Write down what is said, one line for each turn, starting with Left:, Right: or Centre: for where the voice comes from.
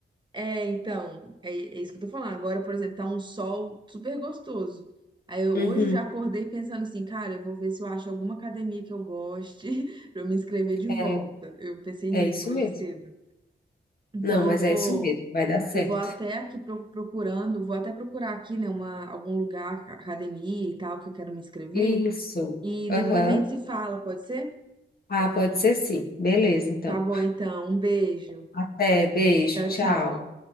Right: É, então, é, é isso que eu tô falando. Agora, por exemplo, tá um sol super gostoso. Aí eu
Left: Uhum,
Right: hoje já acordei pensando assim, cara, eu vou ver se eu acho alguma academia que eu goste <laughs> pra eu me inscrever de
Left: é,
Right: volta. Eu pensei
Left: é
Right: nisso
Left: isso
Right: hoje
Left: mesmo.
Right: cedo. Então
Left: Não, mas
Right: eu vou,
Left: é isso mesmo, vai dar certo.
Right: eu vou até aqui pro- procurando, vou até procurar aqui, né, uma, algum lugar, academia e tal, que eu quero me inscrever.
Left: Isso.
Right: E
Left: Aham.
Right: depois a gente se fala, pode ser?
Left: Ah, pode ser sim. Beleza, então.
Right: Tá bom, então. Um beijo.
Left: Até, beijo,
Right: Tchau,
Left: tchau.
Right: tchau.